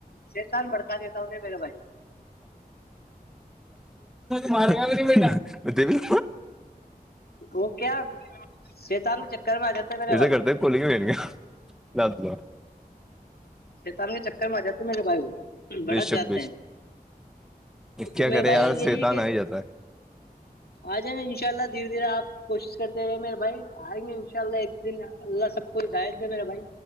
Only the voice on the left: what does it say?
چتان بھڑکا دیتا انہیں میرے بھائی
وہ کیا شیطان کے چکر میں آ جاتا ہے میرے
بھائی
شیتان کے چکر میں آ جاتے میرے بھائی بڑک
جاتے
ہیں
تو میرے
بھائی
یہی
ہے کہ
آ جائیںا ان شاء اللہ دھیرے دھیرے کوشش کرتے رہے میرے بھائی آئیں گے ان شاء اللہ ایک دن اللہ سب کو ہدایت دے میرے بھائی